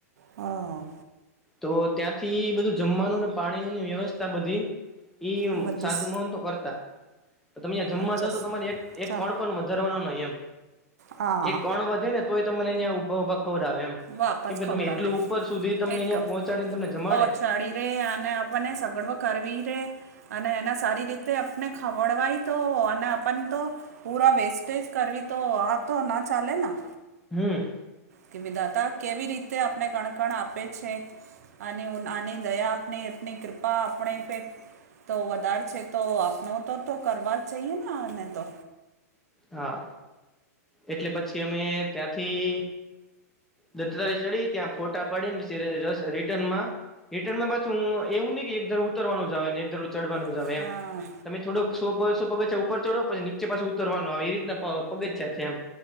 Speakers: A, on the right; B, in the centre.
A: હા.
B: તો ત્યાંથી બધું જમવાનુંને પાણીનીન વ્યવસ્થા બધી ઇમ
A: બધીસ
B: સાધુ મહંતો કરતા તો તમે અયાં જમવા
A: અચ્છા
B: જાવ તો તમારે એક એક
A: સા
B: કણ પણ વધારવાનો નહી એમ
A: હા
B: એક કણ વધે ને તોય તમને ન્યાં ઊભા ઉભા ખવરાવે એમ.
A: વાપસ
B: કે ભે
A: ખવડાવે
B: તમે એટલું ઉપર સુધી તમને
A: એટલો
B: અહિયા પહોંચાડીન તમને જમાડે
A: પહોંચાડી રે અને આપણને સગડવો કરવી રે. અને એના સારી રીતે આપને ખવડવાય તો અન આપન તો પૂરા વેસ્ટેજ કરવી તો આ તો ના ચાલે ના.
B: હમ.
A: કે વિદાતા કેવી રીતે આપને કણકણ આપે છે. આનેઉન આની દયા આપની અપને કૃપા આપણેે પે તો વધાર છે તો આપનો તો તો કરવા જ જઈએ ને આને તો.
B: હા એટલે પછી અમે ત્યાંથી દત્તારી ચડી ત્યાં ફોટા પાડી ન પછી રરસ રિટર્ન માં રિટર્નમાં પાછું એવું નહિ કે એક ધરું ઉતરવાનું જ આવે ને એક ધરું ચડવાનું
A: હા
B: જ આવે એમ તમે થોડોક સોબસો પગથ્યા ઉપર ચડો પછી નીચે પાસુ ઉતરવાનો આવે એ રીતના પ પગથ્યા છે એમ.